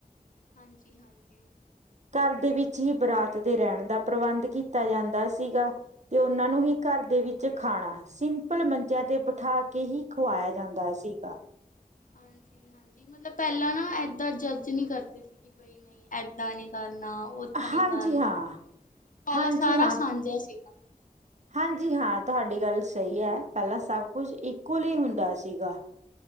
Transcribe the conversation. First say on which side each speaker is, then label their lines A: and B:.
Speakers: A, on the left (about 60°); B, on the right (about 50°).
A: ਹਾਂਜੀ-ਹਾਂਜੀ
B: ਘਰ ਦੇ ਵਿੱਚ ਹੀ ਬਰਾਤ ਦੇ ਰੈਂਣ ਦਾ ਪ੍ਰਬੰਧ ਕੀਤਾ ਜਾਂਦਾ ਸੀਗਾ। ਤੇ ਉਹਨਾਂ ਨੂੰ ਹੀ ਘਰ ਦੇ ਵਿੱਚ ਖਾਣਾ ਸਿੰਪਲ ਮੰਜਿਆਂ ਤੇ ਬਿਠਾ ਕੇ ਹੀ ਖਵਾਇਆ ਜਾਂਦਾ ਸੀਗਾ।
A: ਹਾਂਜੀ-ਹਾਂਜੀ ਮਤਲਬ ਪੈਲਾਂ ਨਾ ਏਦਾਂ ਜੱਜ ਨਈ ਕਰਦੇ ਸੀਗੇ ਬਟ ਬੀ ਨਈਂ ਏਦਾਂ ਨੀ ਕਰਨਾ। ਓਦਾਂ ਨੀ
B: ਹਾਂਜੀ
A: ਕਰਨਾ
B: ਹਾਂ,
A: ਪੈਲਾਂ
B: ਹਾਂਜੀ
A: ਸਾਰਾ
B: ਹਾਂ
A: ਸਾਂਝਾ ਸੀਗਾ।
B: ਹਾਂਜੀ ਹਾਂ ਤੁਹਾਡੀ ਗੱਲ ਸਈ ਐ ਪੈਲਾਂ ਸਭ ਕੁਝ ਇਕੁਅਲ ਹੀ ਮਿਲਦਾ ਸੀਗਾ।